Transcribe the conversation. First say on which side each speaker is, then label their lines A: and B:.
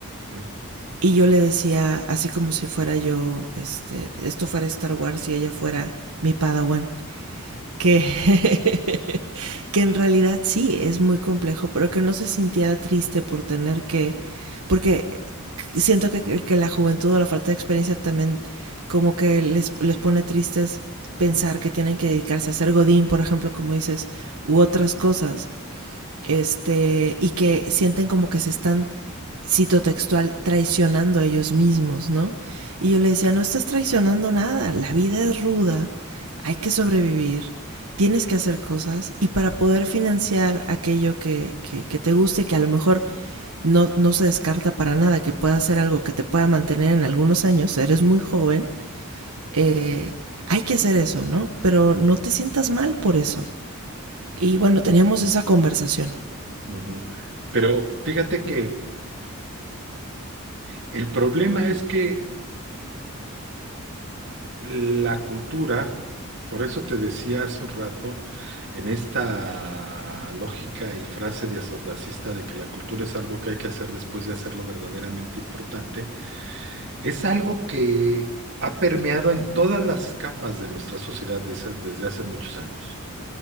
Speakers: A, on the right; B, on the right.
A: sí.
B: Y yo le decía, así como si fuera yo, este, esto fuera Star Wars y ella fuera mi Padawan, que, <laughs> que en realidad sí es muy complejo, pero que no se sintiera triste por tener que, porque siento que, que la juventud o la falta de experiencia también como que les, les pone tristes pensar que tienen que dedicarse a ser godín, por ejemplo, como dices, u otras cosas, este, y que sienten como que se están, cito textual, traicionando a ellos mismos, ¿no? Y yo le decía, no estás traicionando nada, la vida es ruda, hay que sobrevivir, tienes que hacer cosas y para poder financiar aquello que, que, que te guste, que a lo mejor no, no se descarta para nada, que pueda ser algo que te pueda mantener en algunos años, eres muy joven, eh, hay que hacer eso, ¿no? Pero no te sientas mal por eso. Y bueno, teníamos esa conversación.
A: Ujú. Pero fíjate que el problema es que La cultura, por eso te decía hace un rato, en esta lógica y frase de asordacista de que la cultura es algo que hay que hacer después de hacerlo verdaderamente importante, es algo que ha permeado en todas las capas de nuestra sociedad desde, desde hace muchos años.